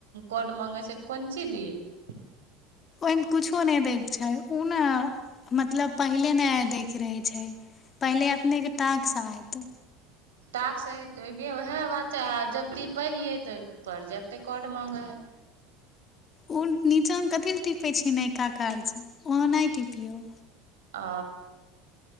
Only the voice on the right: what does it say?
कोड मङ्गै छै कोन चीज दियै
ाक् उएह बात छै आ जब टीपै हियै तऽ प्रोजेक्ट कोर्ड मांगै है
आ